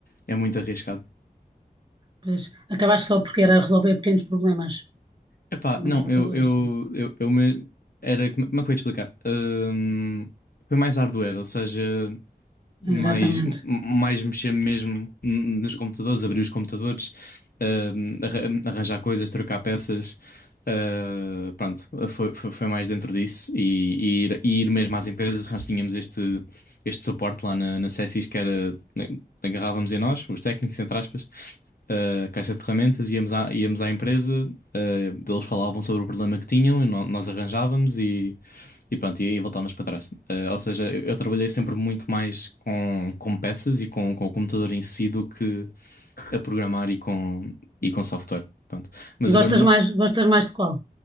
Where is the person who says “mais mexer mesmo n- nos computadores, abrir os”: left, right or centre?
Left